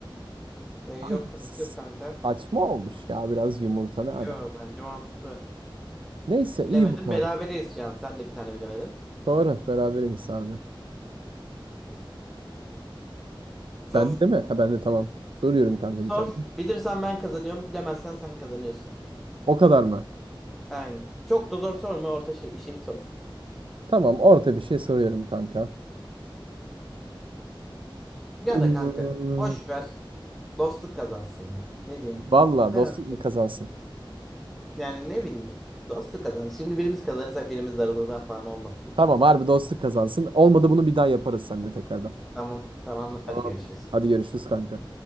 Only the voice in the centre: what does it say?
Evi
yok kapısı
yok kanka.
Yok bence mantıklı.
Bilemedim.
Berabereyiz şu an. Sen de bir tane bilemedin.
Sor.
Sor.
Bilirsen ben kazanıyorum. Bilemezsen sen kazanıyorsun.
Aynen. Çok da zor sorma. Orta şey, bir şey sor.
Ya
da kanka. Boş ver. Dostluk kazansın ya. Ne diyorsun?
Beraber.
Yani ne bileyim. Dostluk kazansın. Şimdi birimiz kazanırsak birimiz darılır falan olmasın.
Tamam. Tamamdır. Hadi
görüşürüz.